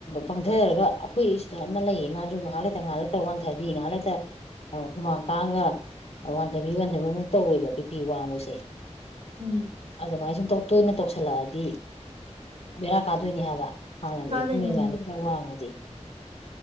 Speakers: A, on the left; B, on the right.
A: ꯄꯪꯊꯔꯒ ꯑꯩꯈꯣꯏ ꯁꯤꯗ ꯑꯃ ꯂꯩꯌꯦ ꯃꯥꯁꯨ ꯉꯥꯏꯍꯥꯛ ꯉꯥꯏꯍꯥꯛꯇ ꯋꯥꯟꯊꯕꯤ ꯉꯥꯏꯍꯥꯛꯇ ꯍꯨꯃꯥꯡ ꯀꯥꯡꯥꯡꯉꯒ ꯋꯥꯟꯊꯕꯤ ꯋꯥꯟꯊꯕꯤꯃꯨꯛ ꯇꯧꯋꯦꯕ ꯕꯤꯄꯤ ꯋꯥꯡꯕꯁꯦ
B: ꯎꯝ
A: ꯑꯗꯨꯃꯥꯏꯅ ꯁꯨꯝ ꯇꯣꯏꯅ ꯇꯧꯁꯤꯜꯂꯛꯑꯗꯤ ꯕꯦꯔꯥ ꯀꯥꯗꯣꯏꯅꯤ ꯍꯥꯏꯕ ꯍꯥꯟꯅ
B: ꯀꯥꯗꯣꯏꯅꯦ
A: ꯏꯈꯣꯣꯏꯃꯗ
B: ꯎꯝ
A: ꯈꯔ ꯋꯥꯡꯉꯗꯤ